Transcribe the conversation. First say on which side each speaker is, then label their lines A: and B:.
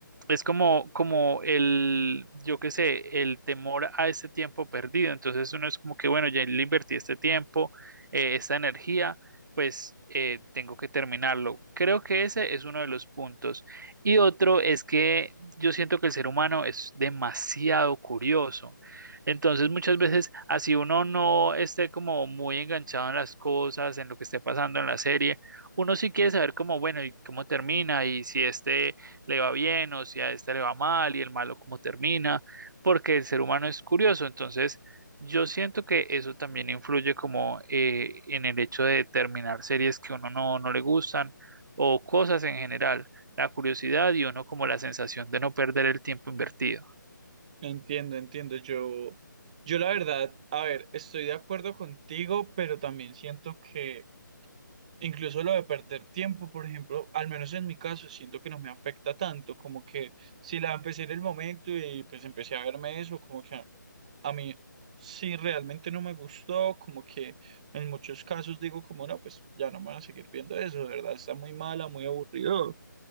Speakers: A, on the right; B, on the right.
A: es como, como el, yo qué sé, el temor a este tiempo perdido. Entonces uno es como que, bueno, ya le invertí este tiempo, eh, esta energía, pues eh, tengo que terminarlo. Creo que ese es uno de los puntos. Y otro es que yo siento que el ser humano es demasiado curioso. Entonces muchas veces, así uno no esté como muy enganchado en las cosas, en lo que esté pasando en la serie, uno sí quiere saber cómo, bueno, y cómo termina y si este le va bien o si a este le va mal y el malo cómo termina, porque el ser humano es curioso. Entonces, yo siento que eso también influye como eh, en el hecho de terminar series que uno no, no le gustan o cosas en general, la curiosidad y uno como la sensación de no perder el tiempo invertido.
B: Entiendo, entiendo. Yo, yo la verdad, a ver, estoy de acuerdo contigo, pero también siento que incluso lo de perder tiempo, por ejemplo, al menos en mi caso, siento que no me afecta tanto, como que si la empecé en el momento y pues empecé a verme eso, como que ah, A mí sí realmente no me gustó, como que en muchos casos digo como no, pues ya no me voy a seguir viendo eso, de verdad está muy mala, muy aburrido,